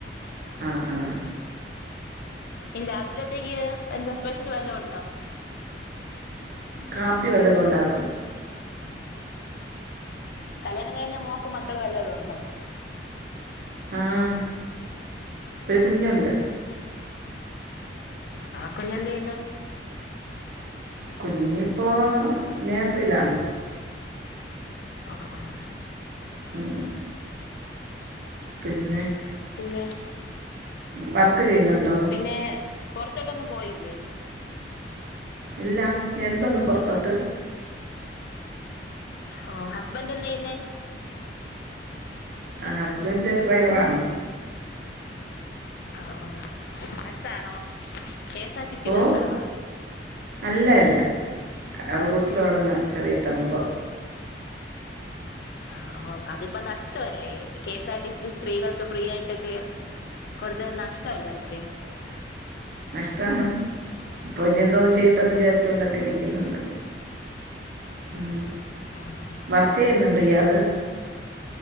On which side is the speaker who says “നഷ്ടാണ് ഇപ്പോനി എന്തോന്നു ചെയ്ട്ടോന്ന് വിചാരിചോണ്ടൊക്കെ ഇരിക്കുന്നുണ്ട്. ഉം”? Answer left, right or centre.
Right